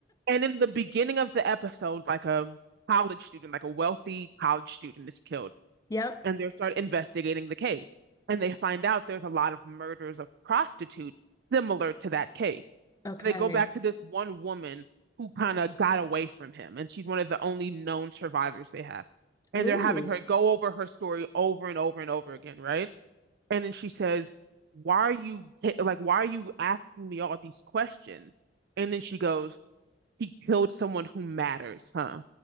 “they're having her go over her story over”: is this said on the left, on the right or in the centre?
Right